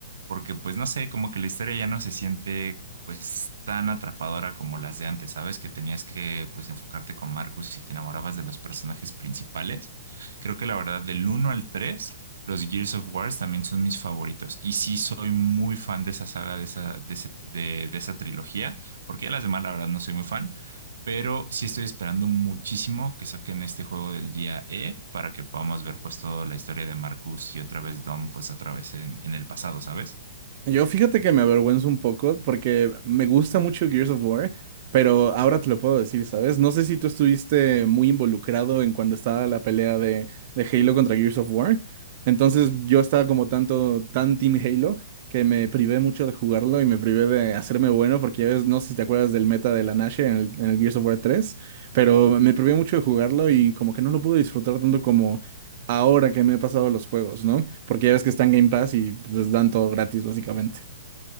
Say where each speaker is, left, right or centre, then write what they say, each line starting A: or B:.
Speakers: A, on the right (about 85°); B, on the right (about 35°).
A: porque pues no sé, como que la historia ya no se siente pues tan atrapadora como las de antes, ¿sabes? Que tenías que pues enfocarte con Marcus y te enamorabas de los personajes principales. Creo que la verdad del uno al 3 los Gears of Wars también son mis favoritos. Y sí soy muy fan de esa saga, de esa, de ese- de, de esa trilogía, porque ya las demás la verdad no soy muy fan, pero sí estoy esperando muchísimo que saquen este juego del día E para que podamos ver pues toda la historia de Marcus y otra vez Dom pues otra vez en, en el pasado, ¿sabes?
B: Yo fíjate que me avergüenzo un poco porque me gusta mucho Gears of War, pero ahora te lo puedo decir, ¿sabes? No sé si tú estuviste muy involucrado en cuando estaba la pelea de, de Halo contra Gears of War. Entonces yo estaba como tanto, tan Team Halo, que me privé mucho de jugarlo y me privé de hacerme bueno, porque ya ves, no sé si te acuerdas del meta de la Nashor en el, en el Gears of War 3. pero me privé mucho de jugarlo y como que no lo pude disfrutar tanto como ahora que me he pasado los juegos, ¿no? Porque ya ves que están Game Pass y pues dan todo gratis, básicamente.